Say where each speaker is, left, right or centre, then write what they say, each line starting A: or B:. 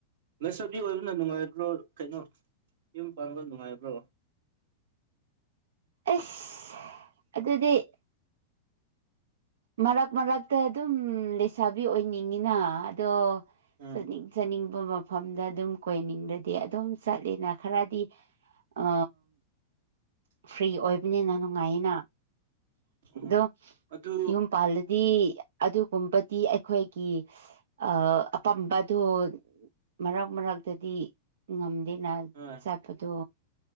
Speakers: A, on the right; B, on the right.
A: ꯂꯩꯁꯥꯕꯤ ꯑꯣꯏꯕꯅ ꯅꯨꯡꯉꯥꯏꯕ꯭ꯔꯣ ꯀꯩꯅꯣ ꯌꯨꯝ ꯄꯥꯟꯕ ꯅꯨꯡꯉꯥꯏꯕ꯭ꯔꯣ
B: ꯑꯁ ꯑꯗꯨꯗꯤ ꯃꯔꯛ ꯃꯔꯛꯇ ꯑꯗꯨꯝ ꯂꯩꯁꯥꯕꯤ ꯑꯣꯏꯅꯤꯡꯉꯤꯅ ꯑꯗꯣ
A: ꯎꯝ
B: ꯆꯠꯅꯤꯡ ꯆꯠꯅꯤꯡꯕ ꯃꯐꯝꯗ ꯑꯗꯨꯝ ꯀꯣꯏꯅꯤꯡꯗꯗꯤ ꯑꯗꯨꯝ ꯆꯠꯂꯤꯅ ꯈꯔꯗꯤ ꯑ ꯐ꯭ꯔꯤ ꯑꯣꯏꯕꯅꯤꯅ ꯅꯨꯡꯉꯥꯏꯅ
A: ꯎꯝ
B: ꯑꯗꯣ
A: ꯑꯗꯨ
B: ꯌꯨꯝꯄꯥꯥꯜꯗꯗꯤ ꯑꯗꯨꯒꯨꯝꯕꯗꯤ ꯑꯩꯈꯣꯏꯒꯤ ꯑ ꯑꯄꯥꯝꯕꯗꯣ ꯃꯔꯛ ꯃꯔꯛꯇꯗꯤ ꯉꯝꯗꯦꯅ
A: ꯍꯣꯏ
B: ꯆꯠꯄꯗꯣ